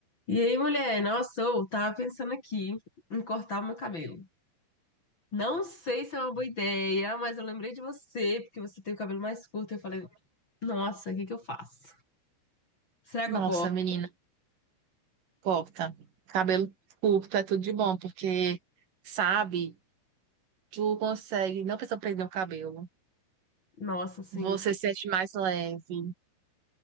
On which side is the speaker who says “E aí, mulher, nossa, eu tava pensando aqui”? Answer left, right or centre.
Left